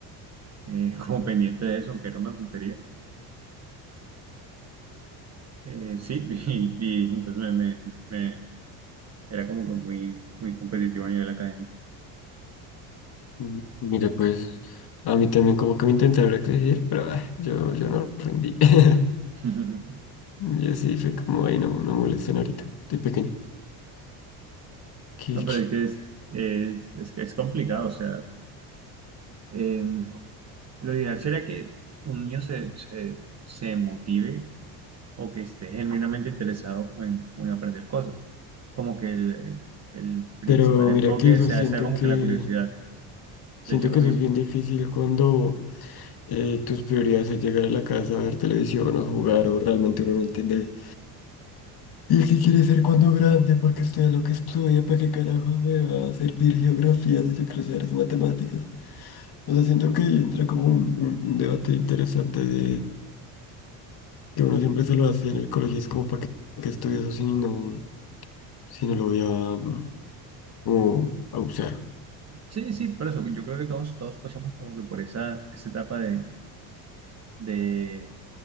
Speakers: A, on the right; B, on the left.
A: eh, <laughs> como pendiente de eso, aunque era una tontería. Eh, sí, <laughs> y, y entonces me, me- me- me- era como que muy, muy competitivo a nivel académico.
B: mm, mira pues a mí también como que me intentaron exigir, pero ah, yo, yo no rendí. <laughs>
A: <laughs>
B: Y así fue como, ay no, no molesten ahorita, estoy pequeño. Qué-
A: No, pero
B: qué-
A: es que es, es, es que es complicado, o sea, em, lo ideal sería que un niño se, se, se motive o que esté genuinamente interesado como en, como en aprender cosas, como que el, el principal
B: Pero
A: enfoque
B: mira que eso
A: sea,
B: siento
A: sea como
B: que,
A: que la curiosidad.
B: siento
A: De hecho,
B: que
A: a
B: eso
A: mí
B: es bien difícil cuando... eh, tus prioridades es llegar a la casa a ver televisión o jugar o realmente uno no entiende. ¿Y qué quiere ser cuando grande? Porque estudia lo que estudia, ¿para qué carajo me va a servir geografía si yo quiero saber es matemáticas? O sea, siento que ahí entra como un, un- un debate interesante de que uno siempre se lo hace en el colegio, es como para qué, para qué estudio eso si no, si no lo voy a, mm, como a usar.
A: Sí, sí, por eso yo creo que todos, todos pasamos como que por esa, esa etapa de, de,